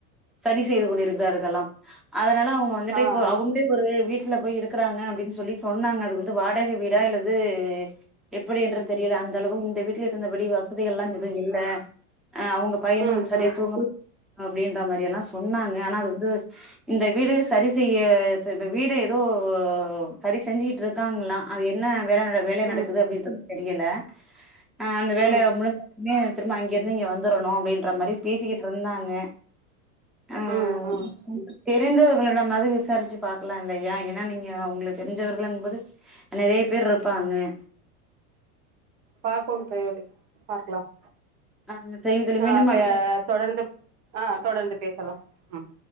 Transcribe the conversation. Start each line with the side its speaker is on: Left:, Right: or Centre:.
Centre: சரி செய்து கொண்டிருக்கிறார்க ளாம் அத அவங்க வந்துட்டு
Right: ஆ
Centre: இப்ப
Right: ஆ
Centre: அவங்களே ஒரு வீட்டு வீட்ல போய் இருக்காங்க அப்படின்னு சொல்லி சொன்னாங்க அது வந்து வாடகை வீடா அல்லது எப்படி என்று தெரியல அந்த அளவுக்கு இந்த வீட்டுல இருந்தபடி வசதிகள் எல்லா இதுவு இல்ல ஆஹ் அவங்க பையன்னும்
Right: ம்
Centre: சரியா
Right: ம்
Centre: தூங்கல அப்படின்ற மாதிரி எல்லாம் சொன்னாங்க ஆனா அது வந்து இந்த வீடு சரி செய்ய இந்த வீடை ஏதோ சரி செஞ்சுிக்கிட்டு இருக்காங்களா அது என்ன வேலை நட வேலை நடக்குது
Right: ம்
Centre: அப்படின்றது தெரியல ஆஹ் அந்த வேலை
Right: ம்
Centre: <unintelligible> திரும்ப அங்க இருந்து இங்க வந்துடணு அப்படின்ற மாதிரி பேசிகிட்டு இருந்தாங்க ஆஹ்
Right: ம் ம்
Centre: தெரிந்தவர்களிடமாவது விசாரிச்சு பாக்கலா இல்லையா ஏன்னா நீங்க உங்களுக்கு தெரிஞ்சவர்களங்க போது நிறைய பேர் இருப்பாங்க
Right: பார்ப்போம் தோழி பார்க்லாம்
Centre: ஆ சரிங்க தோழி
Right: ஆஹ
Centre: மீண்டும்
Right: ப்ப
Centre: அடுத்த
Right: தொடர்ந்து ஆஹ் தொடர்ந்து பேசலாம் உம்